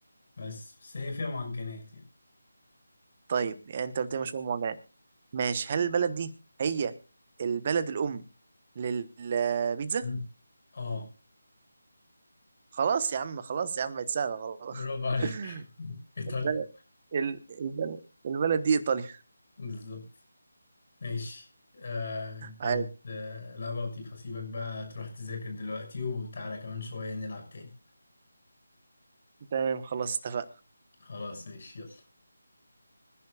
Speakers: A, on the left (about 50°); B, on the right (about 35°).
A: بس بس هي فيها معجنات يعني
B: طيب يعني انت قلت لي مشهور معجنات ماشي هل البلد دي هي البلد الام للبيتزا
A: مم. اه
B: خلاص يا عم خلاص يا عم بقت سهله خلاص
A: برافو عليك
B: <laughs>
A: <laughs> ايطاليا
B: البلد ال- البلد البلد دي ايطاليا
A: بالظبط ماشي آه كانت
B: عادي
A: آه لعبة لطيفة سيبك بقى تروح تذاكر دلوقتي وتعالى كمان شوية نلعب تاني
B: تمام خلاص اتفقنا
A: خلاص ماشي يلا